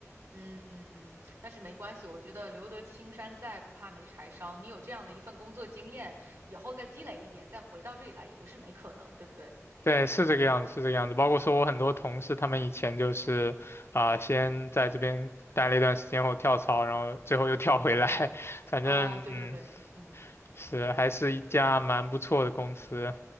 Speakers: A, on the right; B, on the left.
A: 嗯嗯嗯。但是没关系，我觉得留得青山在，不怕没柴烧。你有这样的一份工作经验，以后再积累一点，再回到这里来也不是没可能，对不对？
B: 对，是这个样子，是这个样子。包括说我很多同事，他们以前就是啊、先在这边待了一段时间后跳槽，然后最后又跳回来。<laughs> 反正嗯，
A: 哦，对对对，嗯。
B: 是还是一家蛮不错的公司。